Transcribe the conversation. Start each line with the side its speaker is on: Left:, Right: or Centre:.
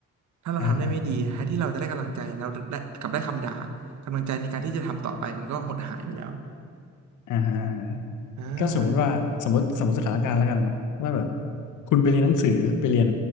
Right: ถ้าเราทำได้ไม่ดีแทนที่เราจะได้กำลังใจเราได้กลับได้คำด่า
Left: อ่าอ่าอ่า
Right: กำลังใจในการที่จะทำต่อไปมันก็หดหายไปแล้ว
Left: ฮะ
Right: อ่า
Left: ก็สมมุติว่าสมมติสมมติสถานการณ์แล้วกันว่าแบบคุณไปเรียนหนังสือไปเรียน